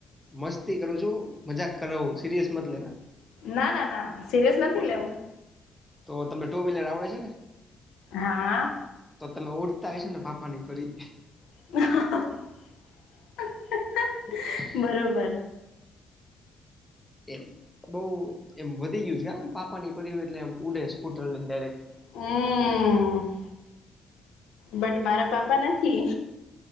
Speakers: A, in the centre; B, on the left (about 85°).
A: મસ્તી કરું છું મજાક કરાવું સિરિયસ મત લેના
B: ના ના ના સિરિયસ નથી
A: ઓકે
B: લેવું.
A: તો તમને ટુ વ્હીલર આવડે છે ને
B: હા
A: તો તમે ઉડતા હોય છે ને પાપા ની પરી
B: <inaudible>
A: <inaudible>
B: બરોબર
A: એમ બહુ એમ વધી ગયું છેમ પાપાની પરિ એટલે એમ ઉડે સ્કૂટર લઈને ડાયરેક્ટ
B: હમ્મ બટ મારા પાપા નથી